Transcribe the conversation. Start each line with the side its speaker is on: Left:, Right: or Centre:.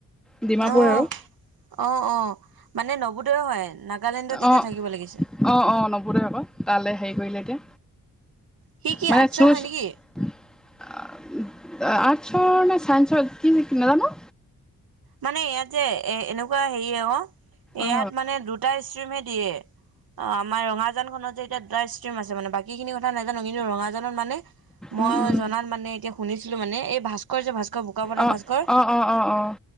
Centre: ডিমাপুৰ
Right: অহ,
Centre: আৰু
Right: অ, অ, মানে নৱোদয়ৰ হয় নাগালেণ্ডত এতিয়া
Centre: অ
Right: থাকিব লাগিছে।
Centre: অ, অ, নবোদয় আকৌ তালৈ হেৰি কৰিলেগে,
Right: সি কি
Centre: মানে
Right: আৰ্টছৰ
Centre: চুজ
Right: হয় নেকি
Centre: আ, আৰ্টছৰ নে চাইন্সৰ কি নাজানো।
Right: মানে ইয়াত যে এ, এনে এনেকুৱা হেৰি অ, ইয়াত
Centre: অ
Right: মানে দুটা ষ্ট্ৰীমহে দিয়ে। অ, আমাৰ ৰঙাজানখনত যে এতিয়া দুটা ষ্ট্ৰিম আছে মানে বাকীখিনি কথা নাজানো কিন্তু ৰঙাজানত মানে মইও
Centre: উম উম
Right: জনাত মানে এতিয়া শুনিছিলো মানে এই ভাস্কৰ যে ভাস্কৰ বোকামতা
Centre: অ,
Right: ভাস্কৰ
Centre: অ, অ, অ, অ,